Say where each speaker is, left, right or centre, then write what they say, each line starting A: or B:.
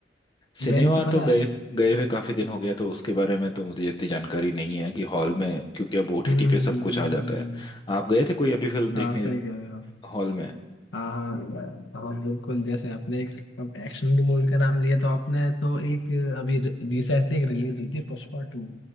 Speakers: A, on the left; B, on the left.
A: सिनेमा
B: मैंने तो पता
A: तो
B: है
A: गए गए हुए काफी दिन हो गया तो उसके बारे में तो मुझे इतनी जानकारी नहीं है कि हॉल में क्योंकि अब ओटीटी
B: हम्म हम्म
A: पे सब कुछ
B: हम्म हम्म
A: आ जाता
B: हम्म हम्म।
A: है
B: हम्म।
A: आप गए थे कोई अभी फिल्म देखने
B: हाँ सही कह रहे हो
A: हॉल में
B: हाँ हाँ हाँ बिल्कुल जैसे आपने एक अब एक्शन की मूवी का नाम लिया तो आपने तो एक अभी रिसेंटली एक रिलीज हुई थी पुष्पा टू